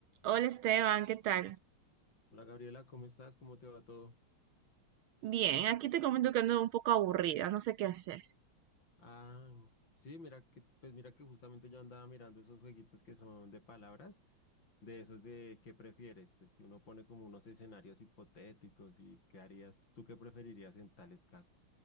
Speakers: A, on the right (about 75°); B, on the left (about 60°).
A: Hola Esteban, ¿qué tal?
B: Hola Gabriela, ¿cómo estás? ¿Cómo te va todo?
A: Bien, aquí te comento que ando un poco aburrida, no sé qué hacer.
B: Ah, sí, mira que, pues mira que justamente yo andaba mirando esos jueguitos que son de palabras, de esos de ¿qué prefieres? Que uno pone como unos escenarios hipotéticos y ¿qué harías? ¿Tú qué preferirías en tales casos?